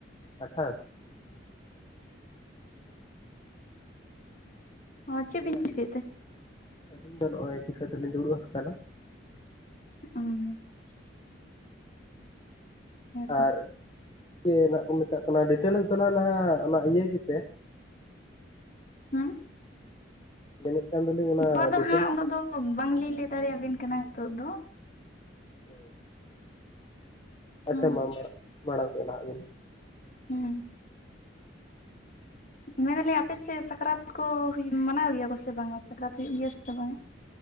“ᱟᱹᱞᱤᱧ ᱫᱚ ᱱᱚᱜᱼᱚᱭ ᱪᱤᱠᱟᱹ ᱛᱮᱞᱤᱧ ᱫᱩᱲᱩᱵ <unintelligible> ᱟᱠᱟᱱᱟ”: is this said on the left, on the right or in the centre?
Left